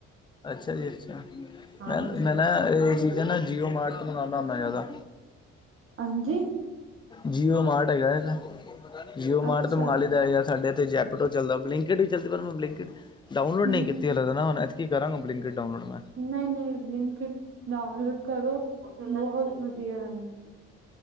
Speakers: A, on the left; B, on the right.
A: ਅੱਛਾ ਜੀ ਅੱਛਾ,
B: ਹਾਂਜੀ।
A: ਮੈਂ ਮੈਂ ਨਾ ਇਹ ਚੀਜ਼ਾਂ ਨਾ ਜੀਓ ਮਾਰਟ ਤੇ ਮਗਾਉਦਾ ਹੁੰਦਾ ਜ਼ਿਆਦਾ
B: ਹਾਂਜੀ
A: ਜੀਓ ਮਾਰਟ ਹੈਗਾ ਜੀਓ ਮਾਰਟ
B: ਅੱਛਾ
A: ਤੋਂ ਮੰਗਵਾ ਲਈ ਦਾ ਯਾਰ ਪੈਲੇ ਤੇ ਜੈਪਟੋ ਚੱਲਦਾ, ਬਲਿੰਕਟ ਵੀ ਚੱਲਦੀ ਪਰ ਮੈਂ ਬਿੰਕਟ ਡਾਊਲੋਡ
B: ਹੂੰ
A: ਨੀ ਕੀਤੀ ਹਾਲੇ ਤੇ ਨਾ <unintelligible> ਕੀ ਕਰਾਗਾਂ ਬਲਿੰਕਟ ਡਾਊਨਲੋਡ ਮੈਂ
B: ਨਹੀਂ-ਨਹੀਂ ਬਲਿੰਕਿਟ ਡਾਊਨਲੋਡ ਕਰੋ ਬਹੁਤ ਵਧੀਆ ਰਹਿੰਦਾ।